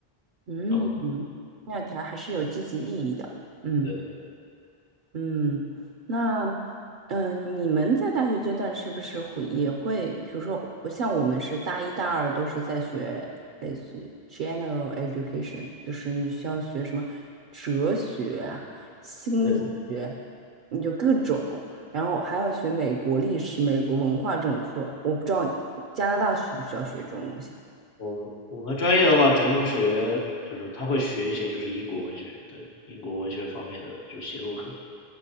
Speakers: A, on the right; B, on the left.
A: 嗯，
B: 然后
A: 那它还是有积极意义的。嗯。
B: 对对
A: 嗯，那，嗯、你们在大学阶段是不是会也会，比如说，像我们是大一、大二都是在学类似于 general education，就是你需要学什么哲学啊、心理学，
B: 对。
A: 你就各种，然后还要学美国历史、美国文化这种课。我不知道加拿大需不需要学这种东西。
B: 我我们专业的话，只用学，就是他会学一些就是英国文学，对，英国文学方面的就是写作课。